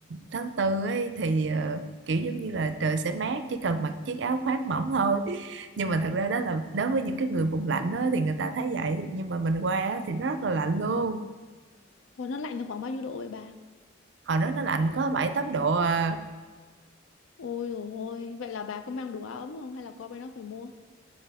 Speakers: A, on the right; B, on the left.
A: tháng tư ấy thì ờ, kiểu giống như là trời sẽ mát chỉ cần mặc chiếc áo khoác mỏng thôi <laughs> nhưng mà thật ra đó là đối với những cái người vùng lạnh đó thì người ta thấy vậy nhưng mà mình qua á thì nó rất là lạnh luôn
B: Còn nó lạnh là khoảng bao nhiêu độ vậy bà?
A: hồi đó nó lạnh có bảy tám độ à
B: Ôi dồi ôi, vậy là bà có mang đủ áo ấm không hay là qua bên đó phải mua?